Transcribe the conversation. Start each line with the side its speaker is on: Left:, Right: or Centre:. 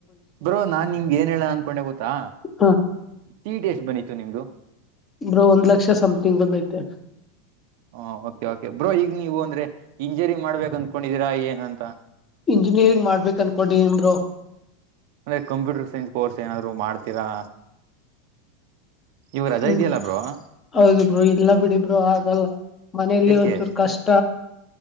Right: ಬ್ರೋ ನಾನ್ ನಿಮ್ಗೆ ಏನ್ ಹೇಳೋಣ ಅನ್ಕೊಂಡೆ ಗೊತ್ತಾ
Left: ಹ
Right: ಸಿ ಈ ಟಿ ಎಷ್ಟ್ ಬಂದಿತೂ ನಿಮ್ದು
Left: ಬ್ರೋ ಒಂದ್ ಲಕ್ಷ ಸಮಥಿಂಗ್ ಬಂದೈತೆ
Right: ಹ ಓಕೆ ಓಕೆ ಬ್ರೋ ಈಗ ನೀವು ಅಂದ್ರೆ ಇಂಜಿನಿಯರ್ ಮಾಡ್ಬೇಕ ಅನ್ಕೊಂಡಿದೀರಾ ಏನ್ಂತ
Left: ಇಂಜಿನಿಯರಿಂಗ್ ಮಾಡ್ಬೇಕಕ್ ಅನ್ಕೊಂಡಿದೀನಿ ಬ್ರೋ
Right: ಅಂದ ಕಂಪ್ಯೂಟರ್ ಸೈನ್ಸ್ ಕೋರ್ಸ್ ಏನಾದ್ರು ಮಾಡ್ತೀರಾ ಇವಾಗ ರಜಾ
Left: ಹಾ
Right: ಇದೆಯಲ್ಲ ಬ್ರೋ
Left: ಹೌದು ಬ್ರೋ ಇಲ್ಲ ಬಿಡಿ ಬ್ರೋ ಆಗಲ್ಲ ಮನೆಯಲ್ಲಿ
Right: ಏಕೆ
Left: ಒಂಚೂರು ಕಷ್ಟ